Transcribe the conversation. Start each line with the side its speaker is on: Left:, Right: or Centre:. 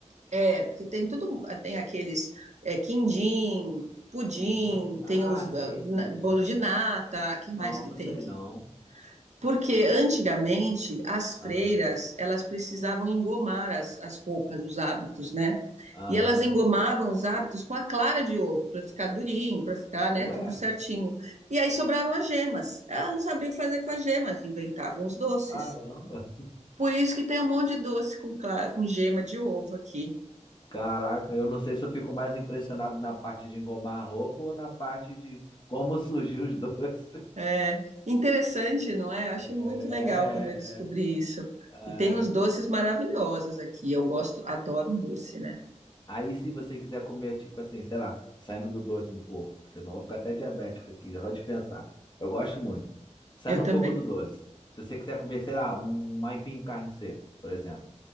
Right: É, porque tem tudo, tem aqueles é, quindim, pudim,
Left: Hum, ah,
Right: tem os
Left: sim,
Right: eh,
Left: sim,
Right: na-
Left: sim.
Right: bolo de nata, que mais
Left: Não,
Right: que
Left: não
Right: tem
Left: sei
Right: aqui?
Left: não.
Right: Porque antigamente as freiras
Left: Ah,
Right: elas precisavam engomar as, as roupas, os hábitos, né?
Left: Aham.
Right: E elas engomavam os hábitos com a clara de ovo para ficar durinho, para ficar,
Left: Ué,
Right: né, tudo certinho. E aí sobravam as gemas. Elas não sabiam o que fazer com as gemas, inventavam os doces.
Left: caramba.
Right: Por isso que tem um monte de doce com, clara, com gema de ovo aqui.
Left: Caraca, eu não sei se eu fico mais impressionado na parte de engomar a roupa ou na parte de como <laughs> surgiu os doces.
Right: É interessante, não é? Eu achei muito
Left: É,
Right: legal quando eu descobri
Left: é, é.
Right: isso.
Left: Ah,
Right: E tem uns doces maravilhosos aqui. Eu gosto, adoro um doce, né?
Left: aí se você quiser comer, tipo assim, sei lá, saindo do doce um pouco, senão eu vou ficar até diabético aqui, só de pensar. Eu gosto muito. Saindo
Right: Eu
Left: um
Right: também.
Left: pouco do doce. Se você quiser comer, sei lá, um aipim com carne seca, por exemplo.